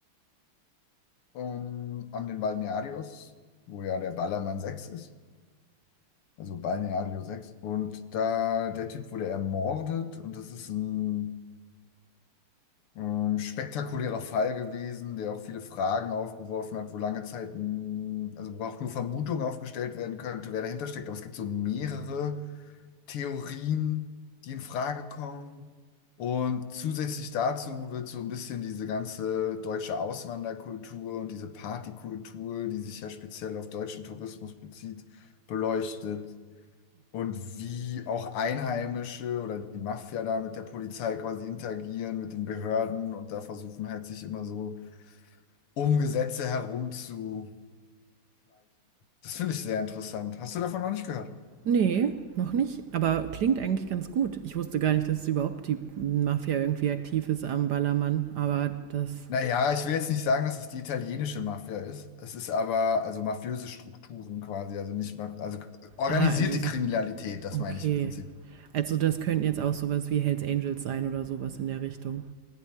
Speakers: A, on the left; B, on the right.
A: um, an den Balnearios, wo ja der Ballermann 6 ist. Also Balneario 6. Und da der Typ wurde ermordet und das ist ein Ähm, spektakulärer Fall gewesen, der auch viele Fragen aufgeworfen hat, wo lange Zeit, mh, also wo auch nur Vermutungen aufgestellt werden könnte, wer dahinter steckt. Aber es gibt so mehrere Theorien, die in Frage kommen. Und zusätzlich dazu wird so ein bisschen diese ganze deutsche Auswanderkultur und diese Partykultur, die sich ja speziell auf deutschen Tourismus bezieht, beleuchtet. Und wie auch Einheimische oder die Mafia da mit der Polizei quasi interagieren, mit den Behörden und da versuchen halt sich immer so um Gesetze herumzuschleichen. Das finde ich sehr interessant. Hast du davon noch nicht gehört?
B: Nee, noch nicht. Aber klingt eigentlich ganz gut. Ich wusste gar nicht, dass es überhaupt die Mafia irgendwie aktiv ist am Ballermann. Aber das.
A: Naja, ich will jetzt nicht sagen, dass es die italienische Mafia ist. Es ist aber also mafiöse Strukturen quasi, also nicht mal, also organisierte
B: Ah, also so.
A: Kriminalität, das
B: Okay.
A: meine ich im Prinzip.
B: Also das könnten jetzt auch sowas wie Hells Angels sein oder sowas in der Richtung.